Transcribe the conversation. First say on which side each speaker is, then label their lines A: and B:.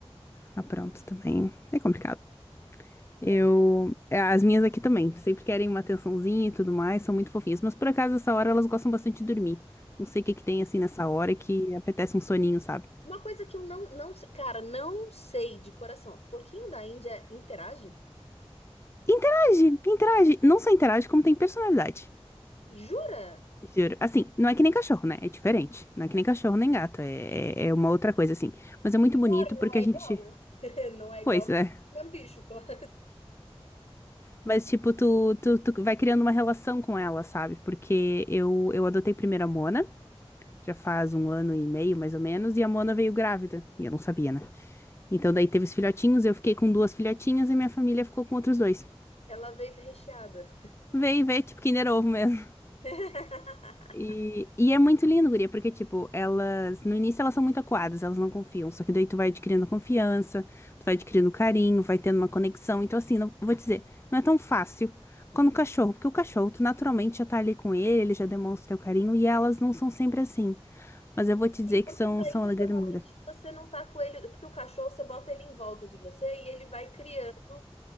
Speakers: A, on the left (about 25°); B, on the left (about 80°).
A: Ah, pronto, também. É complicado. Eu.
B: É.
A: é, As minhas aqui também. Sempre querem uma atençãozinha e tudo mais. São muito fofinhas. Mas por acaso, essa hora elas gostam bastante de dormir. Não sei o que que tem assim nessa hora que apetece um soninho, sabe?
B: Uma coisa que eu não, não, se- cara, não sei de coração. Porquinho da Índia interage?
A: Interage, interage. Não só interage, como tem personalidade.
B: Jura?
A: Juro. Assim, não é que nem cachorro, né? É diferente. Não é que nem cachorro nem gato. É, é é uma outra coisa, assim. Mas é muito
B: Claro,
A: bonito
B: não
A: porque
B: é
A: a
B: igual,
A: gente.
B: né? <laughs> Não é igual
A: Pois é.
B: é um bicho, claro.
A: Mas, tipo, tu, tu, tu vai criando uma relação com ela, sabe? Porque eu, eu adotei primeiro a Mona, já faz um ano e meio, mais ou menos, e a Mona veio grávida. E eu não sabia, né? Então, daí teve os filhotinhos, eu fiquei com duas filhotinhas e minha família ficou com outros dois.
B: Ela veio recheada.
A: Veio, veio, tipo, Kinder Ovo mesmo.
B: <laughs>
A: E, e é muito lindo, guria, porque, tipo, elas, no início elas são muito acuadas, elas não confiam. Só que daí tu vai adquirindo confiança, tu vai adquirindo carinho, vai tendo uma conexão. Então, assim, não, vou te dizer, não é tão fácil quando o cachorro, porque o cachorro, tu naturalmente já tá ali com ele, ele já demonstra o teu carinho, e elas não são sempre assim. Mas eu vou te dizer
B: E porquinho
A: que são,
B: da
A: são
B: Índia
A: a alegria
B: normalmente.
A: da minha vida.
B: Você não tá com ele, porque o cachorro você bota ele em volta de você e ele vai criando